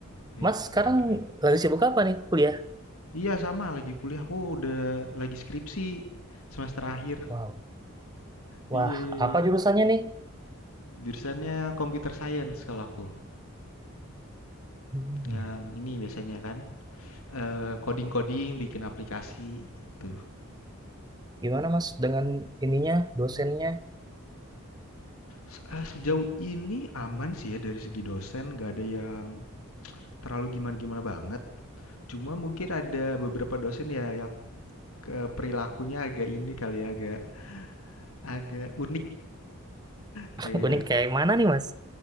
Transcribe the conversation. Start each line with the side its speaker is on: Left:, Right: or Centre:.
Left: Wih,
Right: Mas sekarang
Left: keren-keren.
Right: lagi sibuk apa nih kuliah?
Left: Iya sama lagi kuliah aku udah lagi skripsi semester akhir.
Right: Wow.
Left: Iya
Right: Wah,
Left: iya
Right: apa
Left: iya.
Right: jurusannya nih?
Left: Jurusannya computer science kalau aku.
Right: Hmm.
Left: Yang ini biasanya kan eh, coding-coding, bikin aplikasi gitu.
Right: Gimana Mas dengan ininya, dosennya?
Left: Se- eh, Sejauh ini aman sih ya dari segi dosen, nggak ada yang terlalu gimana-gimana banget. Cuma mungkin ada beberapa dosen ya yang eh, perilakunya agak ini kali ya, agak agak unik. Kayak
Right: <laughs> Gue nih kayak mana nih Mas?